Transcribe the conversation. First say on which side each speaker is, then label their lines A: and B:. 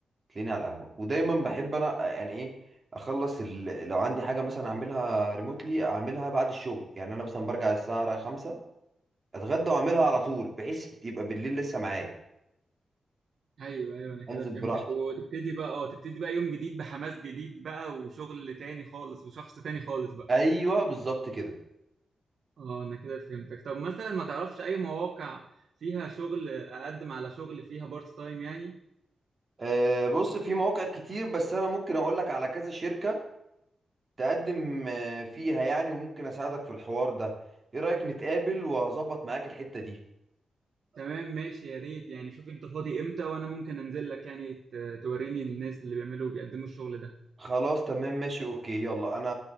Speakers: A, on the right; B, on the right.
A: تلاقيني على القهوة ودايما بحب انا يعني ايه اخلص ال... لو عندي حاجة مثلا اعملها ريموتلي اعملها بعد الشغل يعني انا مثلا برجع الساعة خمسة اتغدى واعملها على طول بحيث يبقى بالليل لسه معايا
B: ايوه ايوه انا كده
A: انزل
B: فهمتك
A: براحتي
B: وتبتدي بقى اه تبتدي بقى يوم جديد بحماس جديد بقى وشغل تاني خالص وشخص تاني خالص بقى
A: ايوه بالظبط كده
B: اه انا كده فهمتك طب مثلا ما تعرفش اي مواقع فيها شغل اقدم على شغل فيها بارت تايم يعني
A: أه بص في مواقع كتير بس انا ممكن اقول لك على كذا شركة تقدم آه، فيها يعني وممكن اساعدك في الحوار ده ايه رأيك نتقابل وهظبط معاك الحتة دي
B: تمام ماشي يا ريت يعني شوف انت فاضي امتى وانا ممكن انزل لك يعني ت- توريني الناس اللي بيعملوا بيقدموا الشغل ده
A: خلاص تمام ماشي اوكي يلا انا